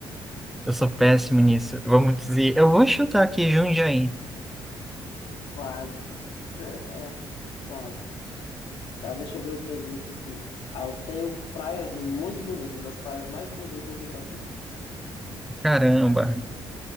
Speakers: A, in the centre; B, on the left.
A: eu sou péssimo nisso. Vamos dizer, eu vou chutar aqui Jundiaí.
B: Quase. É, é, quase. Tá, deixa eu ver outra dica aqui. Ah, eu tenho praias muito bonitas, as praias mais bonitas do Brasil.
A: Caramba.